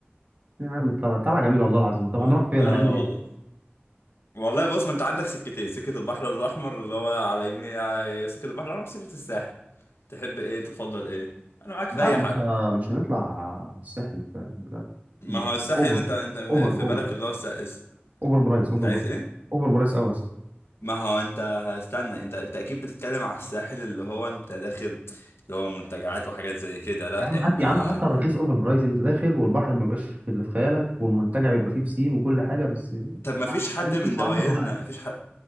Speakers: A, on the right (about 40°); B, on the left (about 80°).
A: يا عم طلع طلع جميل والله العظيم
B: <laughs>
A: طب
B: و...
A: هنروح فين
B: اه
A: هنعمل ايه
B: والله والله بص ما انت عندك سكتين سكة البحر الأحمر اللي هو على يمين ع- سكة البحر الأحمر سكة الساحل تحب ايه تتفضل ايه انا معاك
A: لا
B: في اي حاجة
A: مش ه... مش هنطلع الساحل ف... لا
B: ما
A: ما...
B: هو الساحل
A: اوفر
B: انت انت
A: اوفر اوفر
B: في بالك اللي هو الس...
A: اوفر برايس اوفر
B: انت عايز
A: برايس
B: ايه
A: اوفر برايس قوي اصلا
B: ما هو انت استنى انت انت اكيد بتتكلم على الساحل اللي هو انت داخل اللي هو منتجعات وحاجات زي كده لا
A: يا عم
B: احنا
A: حتى يا عم حتى الرخيص اوفر برايس انت داخل والبحر ما بيبقاش في اللي في خيالك والمنتجع بيبقى فيه بسين وكل حاجه بس
B: طب ما فيش حد
A: عايزين
B: من
A: نشوف
B: دوايرنا
A: مناظر طبيعيه
B: ما فيش حد